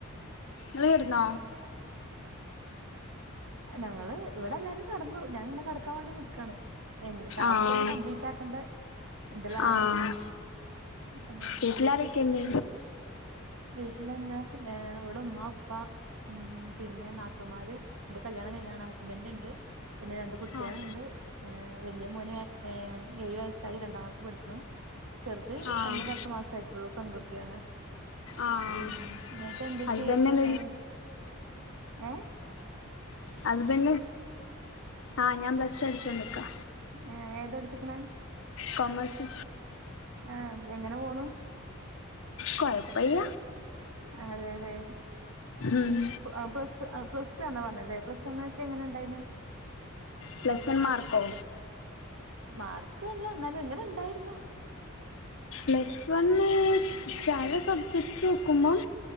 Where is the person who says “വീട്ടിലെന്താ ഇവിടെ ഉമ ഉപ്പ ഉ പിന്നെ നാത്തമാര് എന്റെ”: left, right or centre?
Right